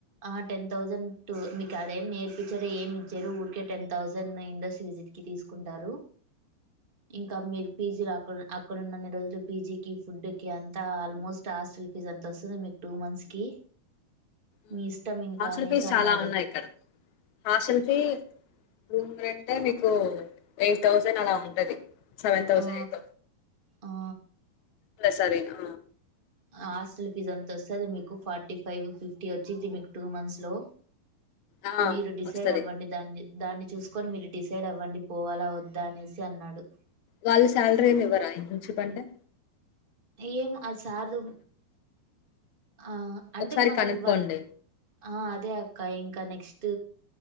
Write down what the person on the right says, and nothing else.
ఆ టెన్ థౌజండ్ టూ మీకాడేం నేర్పించరు ఏమి చరు ఊరికే టెన్ థౌజండ్ ఇండస్ట్రీ విజిట్ కి తీసుకుంటారు ఇంకా మీరు పీజీలో అక్క అక్కడున్నన్ని రోజులు పీజీకి ఫుడ్ కి అంత ఆల్మోస్ట్ హాస్టల్ ఫీజ్ అంత వస్తుంది మీ టూ మంత్స్ కి
మీ ఇష్టం ఇంకా
అనేసి
అన్నాడు
ఆ
ఆ
హాస్టల్ ఫీజ్ అంత వస్తది మీకు ఫార్టీ ఫైవ్ ఫిఫ్టీ వచ్చిది మీకు టూ మంత్స్లో
మీరు డిసైడ్
అవ్వండి దాన్ని దాన్ని చూసుకొని మీరు డిసైడ్ అవ్వండి పోవాలా వద్దా అనేసి అన్నాడు
ఏం అది సార్ ఆ అంటే
మనం
వర్క్ ఆ అదే అక్క ఇంకా నెక్స్ ట్